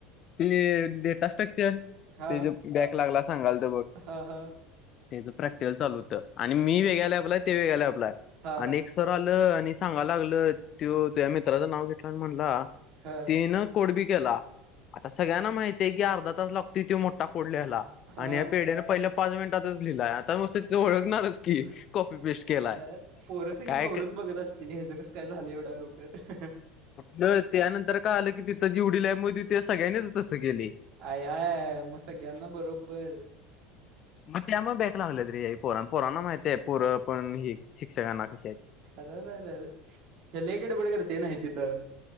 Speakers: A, on the left; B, on the right.
A: ते डेटासट्रक्चर, ते,
B: हा
A: जे बॅक लागला सांगायला त बघ
B: हा, हा
A: त्याचं प्रॅक्टिकल चालू होतं आणि मी वेगळ्या लॅबला हाय, ते वेगळ्या लॅबला हाय
B: हा
A: आणि एक स आलं, आणि सांगयला लागलं, त्यो तुझ्या मित्राचं नाव घेतलं आणि म्हणला
B: हा
A: तिनं कोड बी केला, आता सगळ्यांना माहितय, की अर्धा तास लागतो त्यो मोठा कोड लीहायला.
B: हा
A: आणि ह्या पेढ्याने पहिल्या पाच मिनटातच लिहिला आता मस्त तो ओळखणारच की
B: आय,
A: कॉपी पेस्ट केलाय.
B: आय, आय, पोरं सगळी
A: काय
B: बावरून बघत असतेली हयाज कसं काय झालं, एवढा लवकर
A: कुठलं त्यानंतर कळालं की तिथं जेवडी लॅब मध्ये होती त्या सगळ्यांनीच तसं केलय.
B: आय, आय, आय मग सगळ्यांना बरोबर
A: हं <inaudible> मग त्यामुळे बॅक लागल्यात रे, पोर पोरांना माहितय पोर पण हे शिक्षकांना कशी आहेत.
B: अर, अर, अर हे लय गडबड करत नाही तिथं